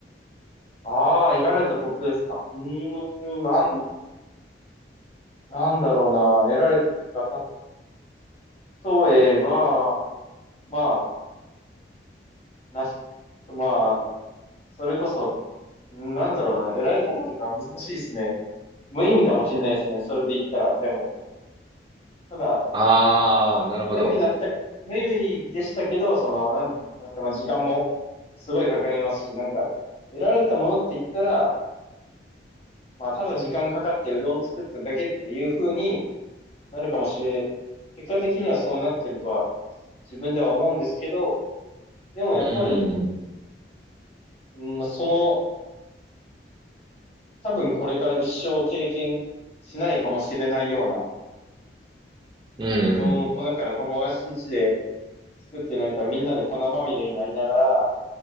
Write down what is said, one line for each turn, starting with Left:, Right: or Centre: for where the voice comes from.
Left: ああ、得られたことですか。うーん、なん、なんだろうな。得られたことか。例えば、まあ、なし、まあ、それこそ、なんだろうな。得られたことが難しいですね。無意味かもしれないですね。それで言ったら。でも、ただ、
Right: ああー、なるほど。
Left: 無意味だった、無意味でしたけど、その、なん、なんですか、まあ、時間もすごいかかりますし、なんか、得られたものって言ったら、まあ、ただ時間かかってうどん作っただけっていう風になるかもしれ、結果的にはそうなってるとは自分では思うんですけど、でもやっぱり、
Right: うん、
Left: うん、その、多分これから一生経験しないかもしれないような、
Right: うん、
Left: うどんを粉から友達ん家で作ってなんかみんなで粉まみれになりながら、